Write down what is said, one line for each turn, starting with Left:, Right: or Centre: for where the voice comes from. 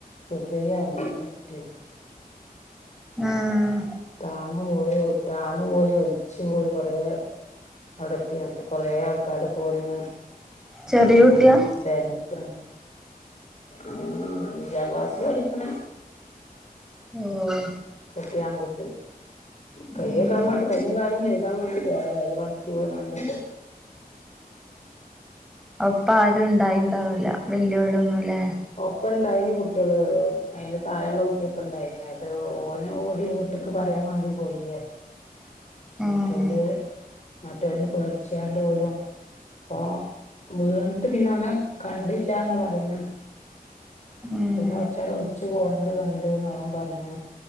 Left: സുബ്ഹിയാവുമ്പോ കിട്ട്യോ
Centre: ആഹ്.
Left: താന്ന് പോയോ, താന്ന് പോയി ഒൽച്ച് പോയി കൊറേ അവ്ടെത്ത്യാട്ട്. കൊറേ ആൾക്കാരൊക്കെ വന്ന്
Centre: ചെറിയ കുട്ടിയാ
Left: തെര്ഞ്ഞിട്ടാണ് ആഹ് അഞ്ചാംക്ലാസ്സിലാ പഠിക്ക്ണെ.
Centre: ഓഹ്.
Left: കുട്ടിയാങ്കുട്ടി. കയ്യെകാൻ
Centre: ഉം
Left: മാണ്ടി, കയ്യും കാലും കഴ്കാൻ വാണ്ടി പോയതാ അയ്ല് വൾക്കി വീണാണ്ട്
Centre: ഒപ്പാരുണ്ടായീണ്ടാവൂല, വല്ല്യോരൊന്നുലേ?
Left: ഒപ്പണ്ടായിന് കുട്ട്യള്, അയ്ന്റെ താഴെള്ള കുട്ട്യൊക്കെ ഇണ്ടായ്നി. അത് ഓന് ഓടി വ് ട്ട്ക്ക് പറയാൻ മാണ്ടി പോയീ പർഞ്ഞ്.
Centre: ഉം
Left: മറ്റോല് മറ്റോല് പേട്ച്ചാണ്ട് ഓലും പ്പോ വീണ് ട്ട് പിന്നോനെ കണ്ടില്ലാന്നാ പറയണെ.
Centre: ഉം
Left: പിന്നെ കൊർച്ചേരം ഒൽച്ച് പോണത് കണ്ട് ന്നാ ഓം പറയണേ.